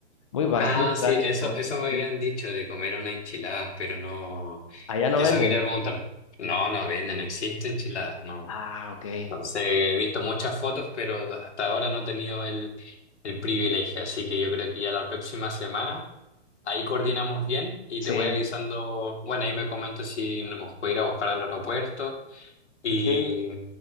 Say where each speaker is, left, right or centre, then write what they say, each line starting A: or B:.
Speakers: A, on the left; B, on the left.
A: muy básico,
B: Ah,
A: muy clásico,
B: sí, eso, eso me habían
A: sí.
B: dicho de comer una enchilada, pero no,
A: Allá no
B: eso
A: venden.
B: quería preguntar. No, no venden, no existe enchiladas, no.
A: Ah, ok.
B: Entonces, he visto muchas fotos, pero hasta ahora no he tenido el, el privilegio, así que yo creo que ya la próxima semana ahí coordinamos bien y
A: Sí,
B: te voy avisando, bueno, ahí me comentas si nos puede ir a buscar al aeropuerto y,
A: sí,